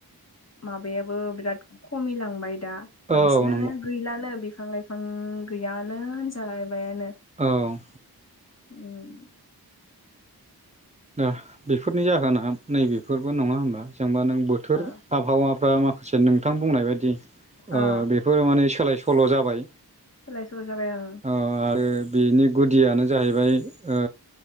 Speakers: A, on the left; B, on the right.
A: माबायाबो बिराद खमिलांबाय दा।
B: औ
A: बांसिनानो
B: नंगौ
A: गैलानो बिफां लाइफां गैयानो होनजालायबायानो।
B: औ
A: उम
B: दा बेफोरनि जाहोना नैबेफोरबो नङा होमबा जेनेबा नों बोथोर
A: ओ
B: आबहावाफ्रा मा खासे नोंथां बुंनाय बायदि
A: ओ
B: बेफोरो माने सोलाय सोल' जाबाय।
A: सोलाय सल' जाबाय आरो।
B: ओ आरो बिनि गुदियानो जाहैबाय ओ